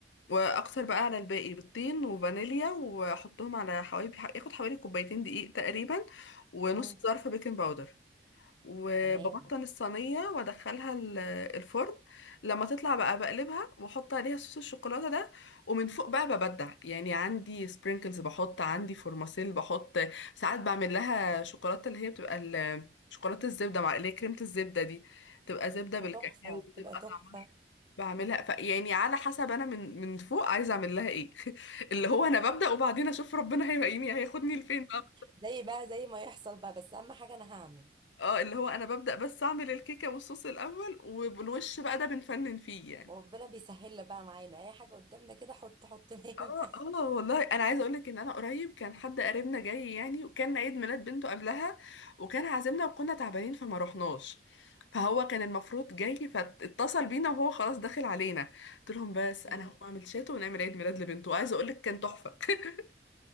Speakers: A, on the left; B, on the right.
A: واكثر بقى على الباقي بالطين وفانيليا واحطهم على حوالي ياخد حوالي كوبايتين دقيق تقريبا ونص
B: مم.
A: ظرف بيكنج باودر وببطن
B: تمام
A: الصينية وادخلها ال- الفرن لما تطلع بقى بقلبها واحط عليها صوص الشوكولاتة ده ومن فوق بقى ببدع يعني عندي سبرينكلز بحط عندي فورماسيل بحط ساعات بعمل لها شوكولاتة اللي هي بتبقى ال- شوكولاتة الزبدة مع اللي هي كريمة الزبدة دي بتبقى زبدة بالكاكاو
B: بتبقى تحفة بتبقى
A: بتبقى
B: تحفة
A: طعمها بعملها ف يعني على حسب انا من من فوق عايزه اعمل لها ايه <laughs> اللي هو انا ببدأ وبعدين اشوف ربنا هيلاقيني هياخدني لفين بقى
B: زي بقى زي ما يحصل بقى بس اهم حاجة انا هعمل
A: اه اللي هو انا ببدأ بس اعمل الكيكة والصوص الاول والوش بقى ده بنفنن فيه يعني
B: وربنا بيسهل بقى معانا اي حاجة قدامنا كده حط حط مهمة
A: اه اه والله انا عايزه اقول لك ان انا قريب كان حد قريبنا جاي يعني وكان عيد ميلاد بنته قبلها وكان عازمنا وكنا تعبانين فما رحناش فهو كان المفروض جاي فاتصل بينا وهو خلاص داخل علينا قلت لهم بس انا
B: مم.
A: هقوم اعمل شاتو ونعمل عيد ميلاد لبنته وعايزه اقول لك كان تحفه <laughs>